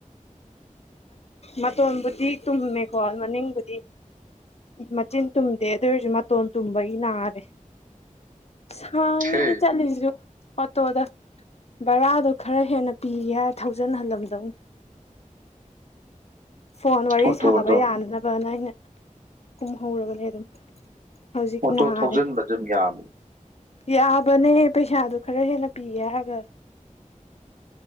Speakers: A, on the left (about 50°); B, on the right (about 80°).
A: ꯃꯇꯣꯟꯕꯨꯗꯤ ꯇꯨꯝꯃꯦꯀꯣ ꯃꯅꯤꯡꯕꯨꯗꯤ ꯃꯆꯤꯟ ꯇꯨꯝꯗꯦ ꯑꯗꯨ ꯑꯣꯏꯔꯁꯨ ꯃꯇꯣꯟ ꯇꯨꯝꯕꯒꯤ ꯅꯥꯔꯦ ꯍꯥꯡꯉꯦ
B: ꯁꯤ
A: ꯆꯂꯤꯁꯨꯨ ꯑꯣꯇꯣ ꯑꯣꯗ ꯕꯔꯥꯗꯣ ꯈꯔ ꯍꯦꯟꯅ ꯄꯤꯔꯤ ꯍꯥꯏ ꯊꯧꯖꯟꯍꯜꯂꯝꯗꯧꯅꯤ ꯐꯣꯟ ꯋꯥꯔꯤ
B: ꯑꯣꯇꯣꯗꯣ
A: ꯁꯥꯕ ꯌꯥꯅꯅꯕꯅ ꯑꯩꯅ ꯀꯨꯝꯍꯧꯔꯕꯅꯦ ꯑꯗꯨꯝ ꯍꯧꯖꯤꯛ
B: ꯑꯣꯇꯣ
A: ꯅꯥꯔꯦ
B: ꯊꯧꯖꯤꯟꯕ ꯑꯗꯨꯝ ꯌꯥꯕꯅꯤ
A: ꯌꯥꯕꯅꯦ ꯄꯩꯁꯥꯗꯨ ꯈꯔ ꯍꯦꯟꯅ ꯄꯤꯒꯦ ꯍꯥꯏꯔꯒ